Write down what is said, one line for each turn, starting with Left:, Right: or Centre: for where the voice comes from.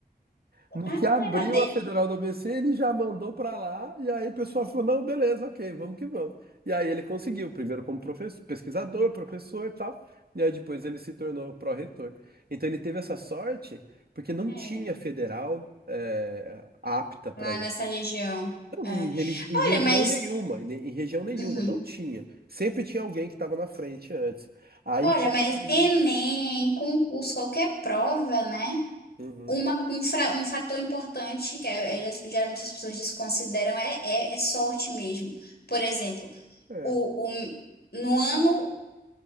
Right: No
Left: Ah,
Right: que abriu
Left: era dele.
Right: a Federal do ABC, ele já mandou para lá, e aí o pessoal falou: não, beleza, ok, vamos que vamos. E aí ele conseguiu, primeiro como professor, pesquisador, professor e tal, e aí depois ele se tornou pró-reitor. Então ele teve essa sorte, porque não
Left: É,
Right: tinha federal eh, apta para
Left: lá
Right: ele.
Left: nessa região.
Right: Não,
Left: É.
Right: em, religi- em região
Left: Olha, mas.
Right: nenhuma, em, em região nenhuma,
Left: uhum.
Right: não tinha. Sempre tinha alguém que estava na frente antes. Aí
Left: Olha,
Right: quando
Left: mas
Right: abriu.
Left: Enem,
Right: ele-
Left: concurso, qualquer prova, né?
Right: Uhum,
Left: Uma, um, fra- um fator importante que é- é- geralmente as pessoas desconsideram é, é, é sorte mesmo. Por exemplo,
Right: é,
Left: o, o, no ano.